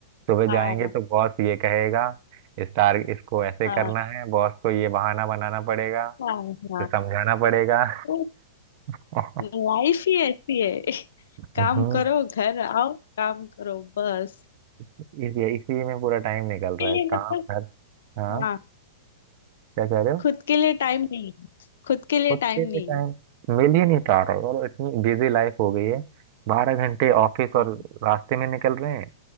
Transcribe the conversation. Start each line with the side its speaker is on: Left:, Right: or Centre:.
Right: सुबह
Left: हाँ
Right: जाएंगे तो बॉस ये कहेगा स्टार इसको ऐसे
Left: हाँ
Right: करना है बॉस को ये बहाना बनाना पड़ेगा
Left: हाँ हाँ
Right: तो समझाना पड़ेगा
Left: तो
Right: <laughs>
Left: लाइफ ही ऐसी है <laughs> काम
Right: हम्म
Left: करो घर आओ काम करो बस
Right: इस इसी में पूरा टाइम निकल
Left: के
Right: रहा
Left: लिए
Right: है काम
Left: मतलब
Right: घर हाँ
Left: हाँ
Right: क्या कह रहे हो
Left: खुद के लिए टाइम नहीं खुद के लिए
Right: खुद
Left: टाइम
Right: के लिए
Left: नहीं
Right: टाइम मिल ही नहीं पा रहा है और इतनी बिजी लाइफ हो गई है
Left: हम्म,
Right: बारह घंटे ऑफिस और
Left: हम्म,
Right: रास्ते में निकल रहे हैं